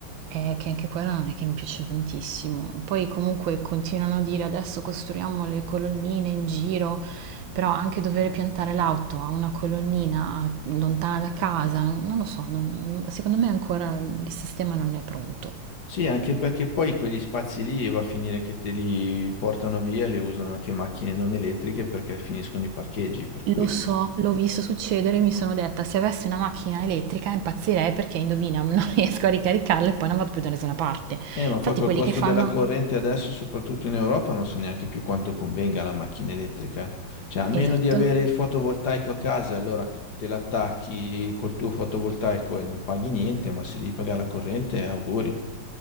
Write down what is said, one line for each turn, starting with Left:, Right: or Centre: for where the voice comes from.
Right: Eh, che anche quella non è che mi piace tantissimo. Poi comunque continuano a dire adesso costruiamo le colonnine in giro, però anche dover piantare l'auto a una colonnina lontana da casa, non lo so, non- secondo me ancora il sistema non è pronto.
Left: Sì, anche perché poi quegli spazi lì va a finire che te li portano via, le usano anche macchine non elettriche perché finiscono i parcheggi, per cui...
Right: Lo so, l'ho visto succedere e mi sono detta, se avessi una macchina elettrica impazzirei perché indovina, <laughs> non riesco a ricaricarla e poi non vado più da nessuna parte.
Left: Eh, ma
Right: Infatti
Left: poi col
Right: quelli
Left: costo
Right: che fanno...
Left: della corrente adesso, soprattutto in Europa, non so neanche più quanto convenga la macchina elettrica. Cioè, a meno
Right: Esatto.
Left: di avere il fotovoltaico a casa, allora te l'attacchi col tuo fotovoltaico e non paghi niente, ma se devi pagare la corrente, auguri.